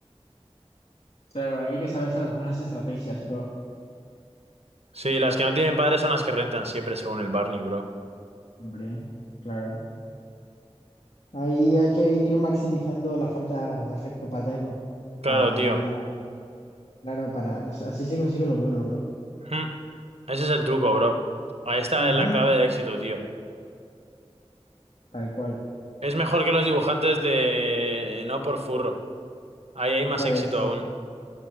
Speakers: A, on the left; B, on the right.
A: Claro, hay que saberse las buenas estrategias, bro.
B: sí, las que no tienen padre son las que rentan siempre, según el Barney, bro.
A: Hombre, claro. Ahí hay que ir maximizando la falta de afecto paterno
B: Claro,
A: para
B: tío.
A: ir a Claro, para, as- así se consigue lo bueno, bro.
B: Hmm, Ese es el truco, bro. Ahí está
A: Ujú,
B: la clave del éxito, tío.
A: tal cual,
B: Es mejor que los dibujantes de... No por furro. Ahí hay más
A: ya
B: éxito
A: ves.
B: aún.